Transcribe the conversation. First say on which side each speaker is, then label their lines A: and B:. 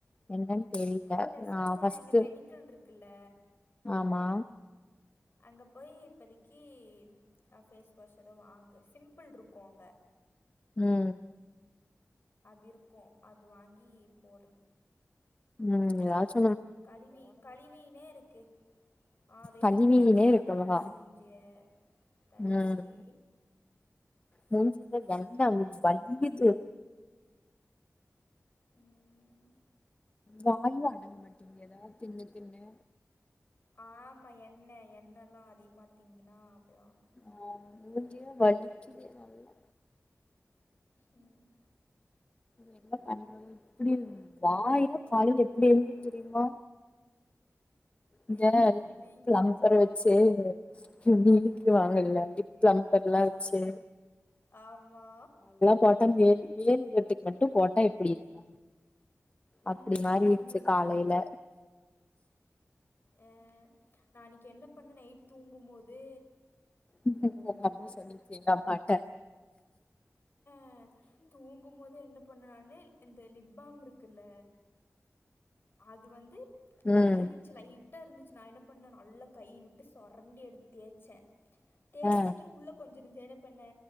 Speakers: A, on the left; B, on the left.
A: என்னென் தெரில
B: அ, பேசாம
A: நா ஃபஸ்ட்டு
B: இங்கே மெடிக்கல் இருக்குல்ல
A: ஆமா
B: அங்கே போய் இப்பதிக்கி ஃபேஸ் வாஷ் ஏதோ வாங்கு சிம்பிள் இருக்கு அங்க
A: ம்
B: அது இருக்கு அது வாங்கி போடு
A: ம் எதாச்
B: கழுவி கழுவினே இருக்கு ஆ வெளிய
A: கழுவினே
B: போயிட்டு வந்தா
A: இருக்கவா
B: கழுவிறு மூஞ்சிய கழிவீரு
A: ம் மூஞ்சில எண்ணெ வலியுது
B: ம்
A: வாயு அடங் மாட்டேங்குது எதா தின்னு தின்னு
B: ஆமா எண்ணெ எண்ணெலா அதிகமாக திங்குனா அப்டிதா
A: ஆ மூஞ்சே வலிக்குது நல்லா
B: ம்
A: என்ன பண்றது இப்டி வாயிலா காலைல எப்டி இருந்தது தெரிமா இந்த
B: ஏன் வீங்கிருச்சா
A: பிளம்பர் வச்சு இப்டி இழுத்து வாங்கல்ல
B: ஆ,
A: பிளம்பர் லா வச்சு
B: ஆமா
A: கோட்டா மேல் மேல் உதட்டுக்கு மட்டு போட்டா எப்டி இருக்கு
B: ம்,
A: அப்டி மாரி
B: அந்த
A: இருன்ச்சு
B: மாதிரி இருக்கும்.
A: காலைல
B: அ நா அன்னைக்கு என்ன பண்ண நைட் தூங்கும் போது
A: உங்க அம்மா சொல்லிச்சு எங்க அம்மாட்ட
B: அ தூங்கு போது என்ன பண்ணனான்னு இந்த லிப் பாம் இருக்குல்ல அது வந்து
A: ம்
B: இருந் துச்சு லைட்டா இருந்துச்சு நா என்ன பண்ணே நல்லா கை விட்டு சொரண்டி எடுத்து தேச்சே தேய்சுட்டு
A: ஆ
B: உள்ள கொஞ்சோ இருந்துச்சு என்ன பண்ணே